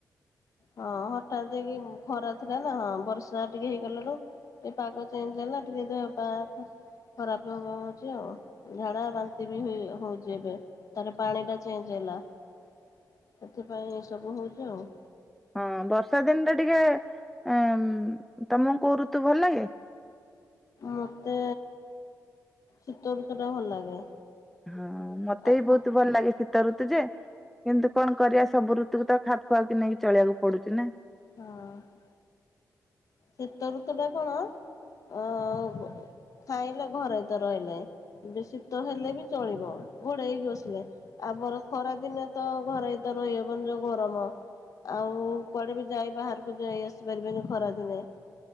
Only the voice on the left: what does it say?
ହଁ ହଠାତ୍ ଯାଇକି ଖରା ଥିଲା ନା ହଁ ବର୍ଷା ଟିକେ ହେଇଗଲା ରୁ ଟିକେ ପାଗ ଚେଞ୍ଜ ହେଲା ଟିକେ ଦେହ ପା ଖରାପ ହବା ହଉଛି ଆଉ ଝାଡା ବାନ୍ତି ବି ହଉଛି ଏବେ। ତାପରେ ପାଣିଟା ଚେଞ୍ଜ ହେଲା ସେଥିପାଇଁ ଏ ସବୁ ହଉଛି ଆଉ।
ମତେ ଶୀତ ଋତୁଟା ଭଲ ଲାଗେ।
ଆଖ
ହଁ। ଶୀତ ଋତୁଟା କଣ? ଅ ଖାଇଲେ ଘରେ ତ ରହିଲେ। ଏବେ ଶୀତ ହେଲେ ବି ଚଳିବ ଘଡେଇ ହେଇକି ବସିଲେ। ଆମର ଖରା ଦିନେ ତ ଘରେ ତ ରହିହବନି ଯୋଉ ଗରମ ଆଉ କୁଆଡେ ବି ଯାଇ ବାହାରକୁ ଯାଇ ଆସି ପାରିବେନି ଖରା ଦିନେ?